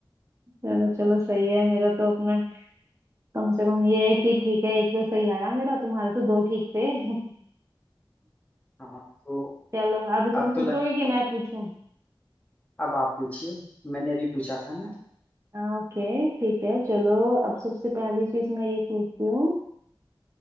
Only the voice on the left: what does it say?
हाँ तो
अब
तो लग
अब आप पूछिए मैंने अभी पूछा था ना